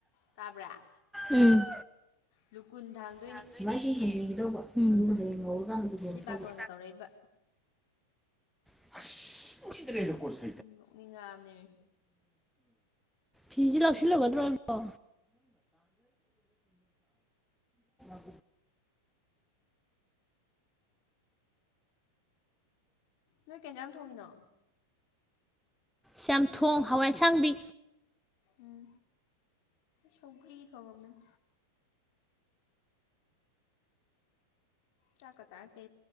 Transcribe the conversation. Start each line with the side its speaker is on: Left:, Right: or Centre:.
Left: ꯇꯥꯕ꯭ꯔꯥ
Centre: ꯎꯝ
Left: ꯂꯨꯀꯨꯟꯊꯥꯡ
Centre: <unintelligible> ꯄꯨꯊꯣꯔꯛꯇꯧꯕ
Left: ꯕꯥꯇꯣꯟꯒ ꯇꯧꯔꯛꯏꯕ
Centre: <unintelligible>
Left: ꯅꯣꯛꯅꯤꯡꯉꯥꯛ ꯑꯕꯅꯦꯃꯤ
Centre: ꯐꯤꯖꯦ ꯂꯥꯛꯁꯤꯜꯍꯧꯒꯗ꯭ꯔꯣ ꯑꯩꯕꯣ <inaudible>
Left: ꯅꯣꯏ ꯀꯩꯟꯖꯥꯡ ꯊꯣꯡꯉꯤꯅꯣ
Centre: ꯆꯝ ꯊꯣꯡ ꯍꯋꯥꯏ ꯑꯁꯥꯡꯕꯤ
Left: ꯎꯝ ꯁꯧꯒ꯭ꯔꯤ ꯊꯣꯡꯉꯝꯕꯅꯤ ꯆꯥꯛꯀ ꯆꯥꯔꯛꯇꯦ